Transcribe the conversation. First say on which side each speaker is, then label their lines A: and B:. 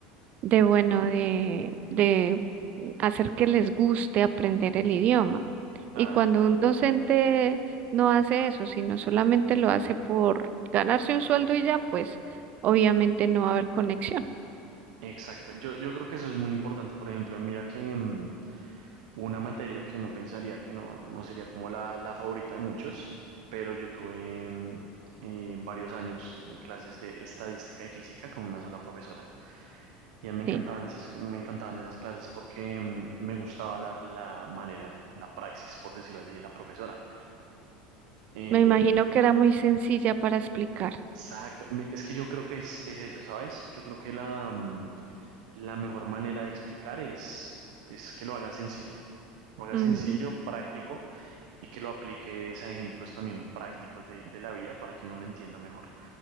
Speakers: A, on the right; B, on the right.
A: de bueno, de, de hacer que les guste aprender el idioma.
B: claro,
A: Y cuando
B: claro.
A: un docente no hace eso, sino solamente lo hace por ganarse un sueldo y ya, pues obviamente no va a haber conexión,
B: Exacto. Yo, yo creo que eso es muy importante. Por ejemplo, mira que mm, una materia que uno pensaría que no, no sería como la, la favorita de muchos, pero yo tuve mm, eh, varios años eh, clases de estadística y física con una sola profesora. Y a mí me encantaban
A: ¿sí?
B: esas, me encantaban esas clases porque mm, me gustaba la, la manera, la praxis, por decirlo así, de la profesora. Eh,
A: Me imagino que era muy sencilla para explicar.
B: exacto, Me- es que yo creo que es, es eso, ¿sabes? Yo creo que la, mm, la mejor manera de explicar es, es que lo hagas sencillo, lo hagas
A: Ujú,
B: sencillo, práctico y que lo apliques a ejemplos también prácticos de, de la vida para que uno lo entienda mejor.